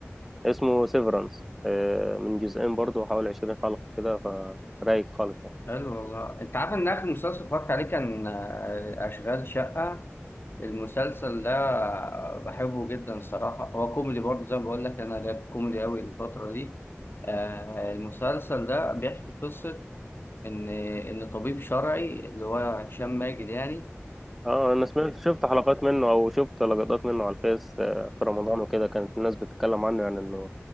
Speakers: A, in the centre; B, on the left.
A: اسمه سيفرانس من جزئين برضه حوالي 20 حلقة كده فرايق خالص يعني
B: حلو والله أنت عارف إن آخر مسلسل اتفرجت عليه كان آه، أشغال شقة المسلسل ده آه، بحبه جدا الصراحة هو كوميدي برضه زي ما بقول لك أنا ليا في الكوميدي أوي الفترة دي آه، المسلسل ده بيحكي قصة إن إن طبيب شرعي اللي هو هشام ماجد يعني
A: اه انا سمعت شفت حلقات منه او شفت لقطات منه على الفيس آه، في رمضان وكده كانت الناس بتتكلم عنه يعني انه